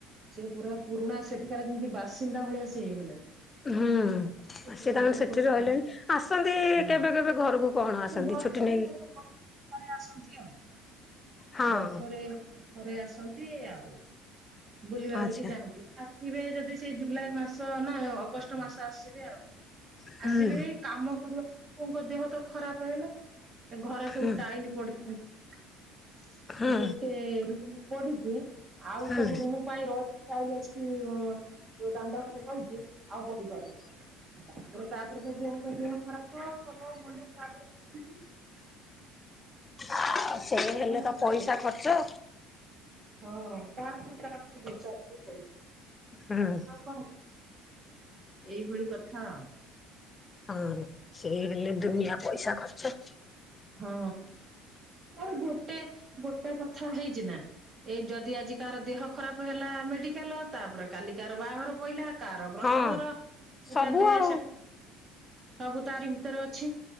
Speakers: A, on the right; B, on the left.
A: ସେ ପୁରା ପୁରୁଣା ସେଥିକାର ଯେମିତି ବାସିନ୍ଦା ଭଳିଆ ସେ ହେଇଗଲେଣି
B: ହୁଁ,
A: ବର୍ଷକୁ
B: ଲଘ୍ ସିଏ ତାଙ୍କ
A: ଦୁଇ
B: ସେଠି
A: ଥର
B: ରହିଲେଣି
A: ତିନି
B: ଆସନ୍ତି
A: ହଁ
B: କେବେ କେବେ ଘରକୁ କଣ ଆସନ୍ତି
A: ସେ ବର୍ଷରେ
B: ଛୁଟି ନେଇକି
A: ଥରେ ଥରେ ଆସନ୍ତି ଆଉ
B: ହଁ
A: ବର୍ଷରେ ଥରେ ଆସନ୍ତି ଆଉ ବୁଲି ବାଲିକି
B: ଆଚ୍ଛା
A: ଯାଆନ୍ତି। ଆସିବେ ଯଦି ସେଇ ଜୁଲାଇ ମାସ ନା ଅଗଷ୍ଟ ମାସ ଆସିବେ ଆଉ
B: ହୁଁ
A: ଆସିବେ କାମ କରିବା ବୋଉଙ୍କ ଦେହତ ଖରାପହେଲା ଘରେ ସବୁ
B: ହୁଁ
A: ଟାଇଲି ପଡିଥାନ୍ତା
B: ହୁଁ
A: ଗୋଟେ ରୁମ ପଢିଚି ଆଉ
B: ହୁଁ
A: ସବୁ ରୁମ ପାଇଁ ରହିଛି ଟାଇଲି ଆସିକି ଯୋଉ ଦାଣ୍ଡ ଘରେ ରହିଛି ଆଉ ପଡିପାରୁନି ତାପରେ ତାପରେତ ବୋଉଙ୍କ ଦେହ ଖରାପ ମୁଣ୍ଡ ତାପରେ ଫାଟିଚି।
B: ଆଉ ସେଇ ହେଲେତ
A: କଣ ପକେଇବ
B: ପଇସା ଖର୍ଚ୍ଚ
A: ହଁ ତାପରେ ତାପରେ ଜିନିଷ ଆସିକି ପଡିଚି
B: ହୁଁ
A: କଣ ଏଇଭଳି କଥା ଆଉ
B: ହଁ ସେଇ ହେଲେ ଦୁନିଆ ପଇସା ଖର୍ଚ୍ଚ।
A: ହଁ ଆଉ ଗୋଟେ ଗୋଟେ କଥା ହେଇଚିନା। ଏଇ ଯଦି ଆଜି କାହାର ଦେହ ଖରାପ ହେଲା ମେଡିକାଲ ତାପରେ କାଲି କାହାର ବାହାଘର ପଇଲା କାହାର ବ୍ରତଘର
B: ହଁ ସବୁ
A: ଏଟା ଡ୍ରେସ
B: ଆଉ
A: ସବୁ ତାଆରି ଭିତରେ ଅଛି।